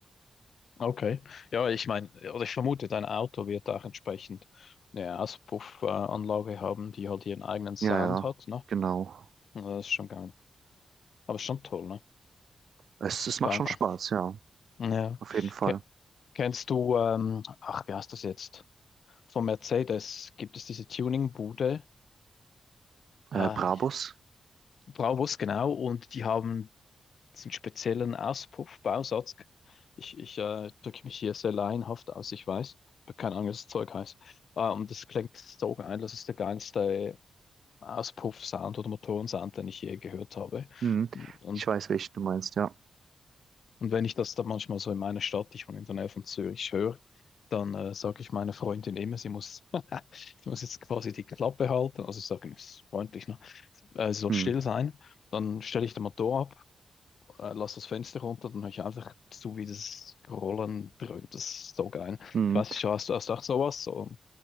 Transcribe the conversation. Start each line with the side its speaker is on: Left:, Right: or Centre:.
Left: Okay. Ja, ich meine, oder ich vermute, dein Auto wird auch entsprechend eine Auspuffanlage haben, die halt ihren eigenen Sound
Right: Ja, ja,
Left: hat, ne?
Right: genau.
Left: Ja, Das ist schon geil. Aber schon toll, ne?
Right: Es,
Left: Dass man
Right: es
Left: es bauen
Right: macht schon
Left: kann.
Right: Spaß, ja,
Left: Ja.
Right: auf jeden Fall.
Left: Ke- Kennst du, ähm, ach, wie heißt das jetzt? von Mercedes gibt es diese Tuning-Bude,
Right: Äh,
Left: äh,
Right: Brabus?
Left: Braavos genau, und die haben diesen speziellen Auspuffbausatz. Ich, ich äh, drücke mich hier sehr laienhaft aus, ich weiß, aber keine Ahnung, was das Zeug heißt. Äh, und das klingt so geil, das ist der geilste Auspuff-Sound oder Motorensound, den ich je gehört habe.
Right: Hm.
Left: Und
Right: Ich weiß, welchen du meinst, ja.
Left: Und wenn ich das dann manchmal so in meiner Stadt, ich wohne in der Nähe von Zürich, höre, dann äh, sage ich meiner Freundin immer, sie muss, <laughs> sie muss jetzt quasi die Klappe halten. Also ich sage, ist freundlich, ne? Äh, sie soll
Right: Hm.
Left: still sein. Dann stelle ich den Motor ab, äh, lasse das Fenster runter, dann höre ich einfach zu, wie das Rollen dröhnt. Das ist so geil.
Right: Hm.
Left: Ich weiß nicht, hast du hast du auch sowas so